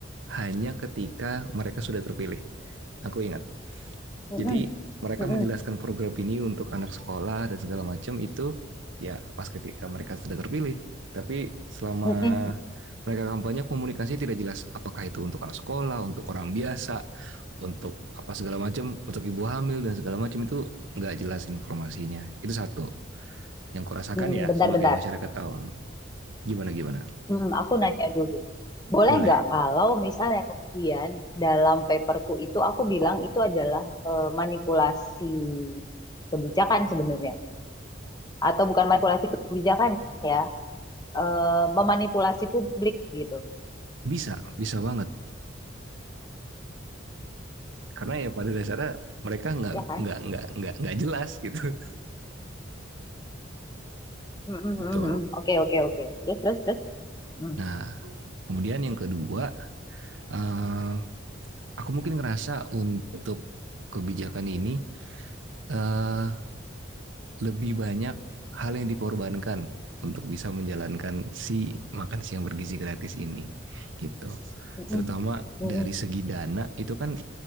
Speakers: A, on the right (about 75°); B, on the left (about 20°).
A: hanya ketika mereka sudah terpilih. Aku ingat.
B: mm-mm,
A: Jadi mereka
B: mm-mm,
A: menjelaskan program ini untuk anak sekolah dan segala macam itu ya pas ketika mereka sudah terpilih. Tapi selama
B: mm-mm, mm-mm.
A: mereka kampanye komunikasi tidak jelas apakah itu untuk anak sekolah, untuk orang biasa, untuk apa segala macam, untuk ibu hamil dan segala macam itu nggak jelas informasinya. Itu satu yang kurasakan
B: Mm-mm,
A: ya
B: Bentar-bentar.
A: sebagai masyarakat awam. Gimana gimana?
B: Hmm, aku nanya dulu. Boleh
A: Boleh,
B: nggak kalau misalnya kemudian dalam paperku itu aku bilang itu adalah eh, manipulasi kebijakan sebenarnya. Atau bukan manipulasi kebijakan ya, eh, memanipulasi publik gitu.
A: bisa, bisa banget. Karena ya pada dasarnya mereka nggak
B: Ya kan?
A: nggak nggak nggak nggak jelas gitu.
B: Hmm, hmm, hmm,
A: Itu.
B: hmm. Oke, oke, oke. Terus, terus, terus. Hmm,
A: Nah, Kemudian yang kedua, eh, aku mungkin ngerasa untuk kebijakan ini eh, lebih banyak hal yang dikorbankan untuk bisa menjalankan si makan siang bergizi gratis ini, gitu.
B: hmm,
A: Terutama
B: hmm,
A: dari
B: hmm,
A: segi dana itu kan